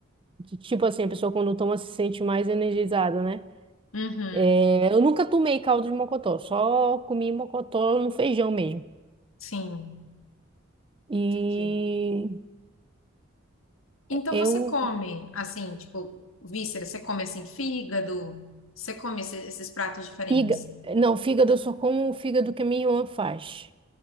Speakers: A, on the right; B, on the left.
A: tipo assim, a pessoa quando toma se sente mais energizada, né?
B: Uhum,
A: É, eu nunca tomei caldo de mocotó, só comi mocotó no feijão mesmo.
B: sim,
A: E
B: entendi. Então
A: eu.
B: você come assim, tipo, vísceras, você come assim, fígado, você come esse- esses pratos diferentes.
A: Figa, não, fígado eu só como o fígado que a minha irmã faz,